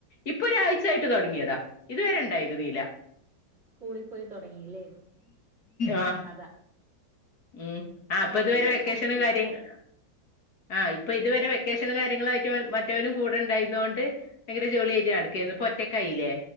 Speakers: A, on the left; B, on the right.
A: ഇപ്പൊ ഒരാഴ്ച യായിട്ട് തുടങ്ങിയതാ. ഇതുവരെ ഉണ്ടായിരുന്നീല.
B: സ്കൂളിൽ പോയി തുടങ്ങില്ലേ
A: ആ
B: അതാ
A: ഉം ആഹ്
B: കൊഴപ്പല്ല
A: അപ്പൊ ഇതുവരെ വെക്കേഷനും
B: സമയണ്ട്
A: കാര്യങ്ങ ആഹ് ഇപ്പൊ ഇതുവരെ വെക്കേഷനും കാര്യങ്ങളും ആയിട്ട് മറ്റവനും കൂടെ ഉണ്ടായിരുന്നതുകൊണ്ട് ഭയങ്കര ജോളി ആയിട്ട് നടക്കായിരുന്നു. ഇപ്പൊ ഒറ്റക്കായിലേ.